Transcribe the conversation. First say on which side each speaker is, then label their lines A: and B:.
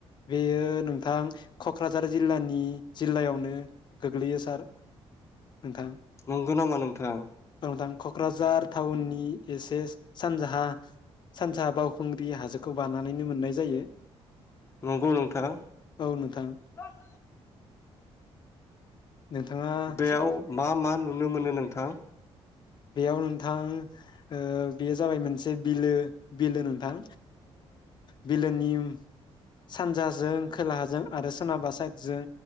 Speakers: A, on the left; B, on the left.
A: बेयो नोंथां क'क्राझार जिल्लानि जिल्लायावनो गोग्लैयो सार। नोंथां
B: नंगौ नामा नोंथां?
A: औ नोंथां क'क्राझार टाउननि एसे सानजाहा सानसा बाउखुं ग्रि हाजोखौ बानानैनो मोननाय जायो।
B: नंगौ नोंथां।
A: औ नोंथां
B: <inaudible>
A: नोंथाङा
B: बेयाव
A: सा
B: मा मा। नुनो मोनो नोंथां।
A: बेयाव नोंथां ओ बेयो जाबाय मोनसे बिलो बिलो नोंथां बिलोनि सानजाजों खोलाहाजों आरो सनाबा साइदजों